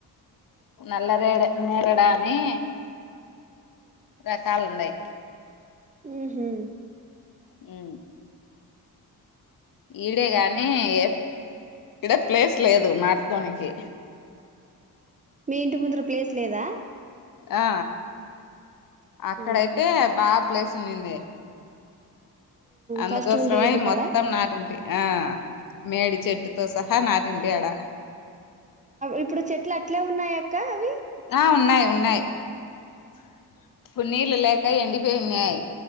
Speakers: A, on the left; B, on the right.
A: నల్ల <unintelligible> <unintelligible> అని రకాలు ఉన్నాయ్
B: ఉహు
A: ఉ ఈడే గాని ఏ ఇడ ప్లేస్ లేదు నాటుకోనికి
B: మీ ఇంటి ముందుర ప్లేస్ లేదా
A: ఆ అక్కడైతే
B: ఓకే
A: బా ప్లేస్ ఉన్నింది అందుకోసమే
B: ఫస్ట్ ఉండే ఇంటికాడ
A: మొత్తం నాటింటి ఆ మేడి చెట్టుతో సహా నాటింటి ఆడ
B: ఇప్పుడు చెట్లు అట్లే ఉన్నాయక్క అవి
A: ఆ ఉన్నాయి ఉన్నాయి <unintelligible> నీళ్ళ లేక ఎండిపోయి ఉన్నాయి